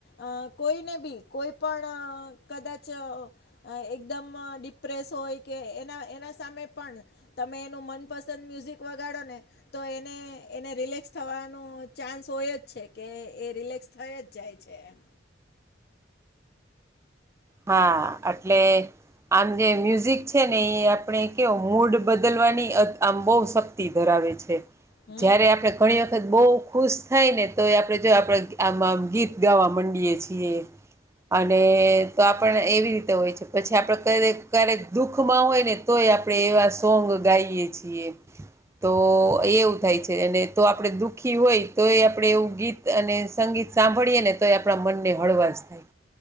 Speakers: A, on the left (about 60°); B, on the right (about 15°).
A: અ કોઈને બી કોઈ પણ કદાચ અ એકદમ ડિપ્રેસ હોય કે એના એના સામે પણ તમે એનું મન પસંદ મ્યુઝિક વગાડો ને તો એને એને રિલેક્સ થવાનો ચાન્સ હોય જ છે કે એ રિલેક્સ થય જ જાય છે એમ.
B: હા અટલે આમ જે મ્યુઝિક છે ને એ આપણે કેવ મૂડ બદલવાની આમ બહ શક્તિ ધરાવે છે
A: હમ
B: જય્યારે આપણે ઘણી વખત બહુ ખુશ થાય ને તો એ આપણે જો આપણે આમાં ગીત ગાવા માંડીએે છીએ. અને તો આપને એવી રીતે હોય છે પછી આપડે ક્યારેક ક્યારેક દુઃખમાં હોય ને તોય આપણે એવા સોંગ ગાઈએ છીએ. તો એવું થાય છે અને તો આપણેે દુઃખી હોય તો એ આપણેે એવું ગીત અને સંગીત સાંભળીએ ને તો એ આપણા મનને હળવાશ થાય